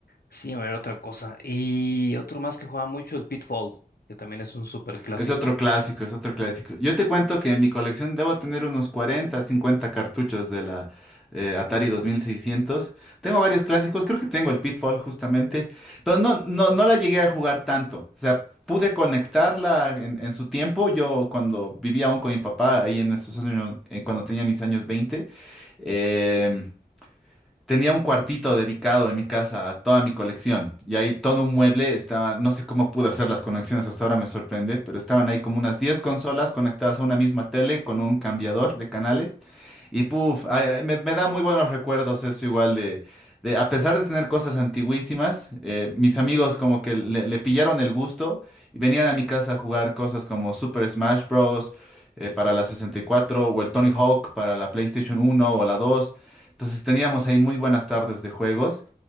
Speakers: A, on the left (about 75°); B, in the centre.
A: Sí, a ver otra cosa. Y otro más que jugaba mucho, el Pitfall, que también es un súper clásico.
B: Es otro clásico, es otro clásico. Yo te cuento que en mi colección debo tener unos 40, 50 cartuchos de la eh, Atari 2600. Tengo varios clásicos, creo que tengo el Pitfall justamente, pero no, no, no la llegué a jugar tanto. O sea, pude conectarla en, en su tiempo. Yo cuando vivía aún con mi papá, ahí en esos años, eh, cuando tenía mis años 20. em, Tenía un cuartito dedicado en mi casa a toda mi colección y ahí todo un mueble estaba, no sé cómo pude hacer las conexiones hasta ahora, me sorprende, pero estaban ahí como unas 10 consolas conectadas a una misma tele con un cambiador de canales y puf, ay, me, me da muy buenos recuerdos eso igual de, de a pesar de tener cosas antiguísimas, eh, mis amigos como que le, le pillaron el gusto y venían a mi casa a jugar cosas como Super Smash Bros. eh, para la 64 o el Tony Hawk para la PlayStation 1 o la 2. Entonces teníamos ahí muy buenas tardes de juegos.